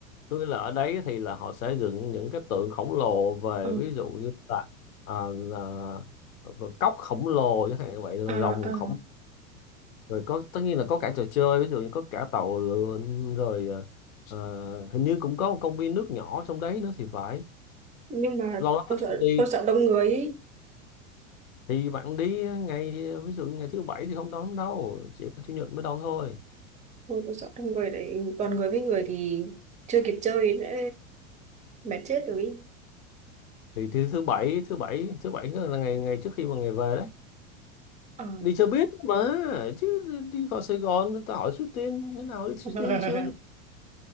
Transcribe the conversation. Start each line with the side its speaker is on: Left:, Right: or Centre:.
Left: có nghĩa là ở đấy thì là họ sẽ dựng những cái tượng khổng lồ về
Right: ờ
Left: ví dụ như là, ờ, là ờ, cốc khổng lồ chẳng hạn như vậy rồi
Right: à,
Left: rồng
Right: à.
Left: khổng rồi có tất nhiên là có cả trò chơi ví dụ như có cả tàu lượn rồi ờ, ờ, hình như cũng có một công viên nước nhỏ trong đấy nữa thì phải
Right: nhưng mà
Left: lâu lắm
Right: tôi
Left: tôi
Right: sợ
Left: không đi
Right: tôi sợ đông người ý.
Left: thì bạn đi ngày ví dụ như ngày thứ bảy thì không đón lắm đâu chỉ có chủ nhật mới đón thôi
Right: Ôi, tôi sợ đông người đấy toàn người với người thì chưa kịp chơi đã mệt chết rồi ý.
Left: thì, thì thứ bảy thứ bảy thứ bảy là ngày ngày trước khi mà ngày về đấy
Right: Ờ.
Left: đi cho biết mà chứ đi vào Sài Gòn người ta hỏi Suối Tiên như thế nào đi Suối
Right: <laughs>
Left: Tiên chưa